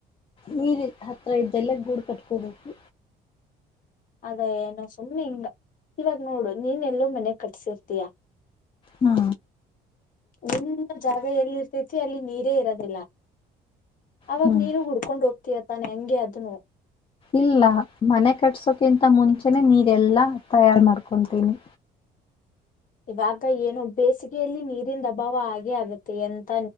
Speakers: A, on the left; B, on the left.
A: ನೀರ್ ಹತ್ರ ಇದ್ದಲ್ಲ ಗೂಡ್ ಕಟ್ಕೋಬೇಕು.
B: ಅದ ಏನ ಸುಮ್ನೆ ಹಿಂಗ ಇವಾಗ ನೋಡು ನೀನ್ ಎಲ್ಲೋ ಮನೆ ಕಟ್ಟಿಸಿರ್ತಯಾ.
A: ಹಾ.
B: ಒಂದು ಜಾಗ ಎಲ್ಲಿ ಇರ್ತತಿ ಅಲ್ಲಿ ನೀರೇ ಇರೋದಿಲ್ಲ. ಅವಾಗ
A: ಹ್ಮ್
B: ನೀನು ಹುಡ್ಕೊಂಡ್ ಹೋಗ್ತ ತಾನೆ ಹಂಗೆ ಅದುನು,
A: ಇಲ್ಲ ಮನೆ ಕಟ್ಸೋಕಿಂತ ಮುಂಚೆನೆ ನೀರೆಲ್ಲಾ ತಯಾರ್ ಮಾಡ್ಕೊತೀನಿ.
B: ಇವಾಗ ಏನು ಬೇಸಿಗೆಯಲ್ಲಿ ನೀರಿಂದ ಅಭಾವ ಹಾಗೇ ಆಗತ್ತೆ. ಅಂತ